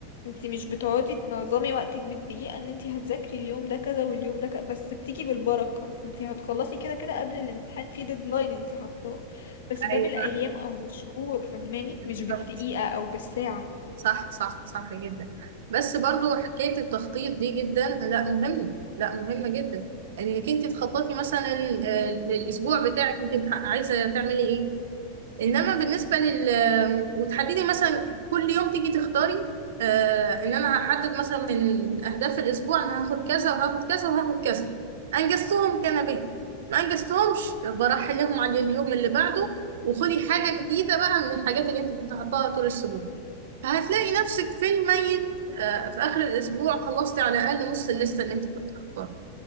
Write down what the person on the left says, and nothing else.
انت مش بتقعدي تنظمي وقتك بالدقيقة ان انت هتذاكري اليوم ده كذا واليوم ده كذا بس بتيجي بالبركة انت هتخلصي كده كده قبل الامتحان في ديدلاين انت حاطاه بس ده
بالايام او بالشهور فاهماني
مش بالدقيقة او بالساعة